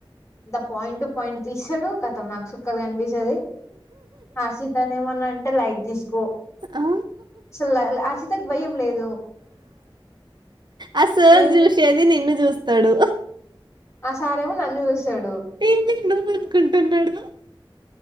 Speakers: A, on the left; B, on the right.
A: ఇంత పాయింటు పాయింటు తీసాడు కతం నాకు సుక్కలు కనిపించేది హర్షితనే ఏమన్నాంటే లైట్ తీసుకో
B: ఆ
A: అసల్ ఆ అశితకు భయం లేదు
B: ఆ సార్
A: నే
B: చూసేది నిన్ను చూస్తాడు
A: ఆ సారేమో నన్ను చూస్తాడు
B: ఏంది నువ్వు అనుకుంటున్నాడు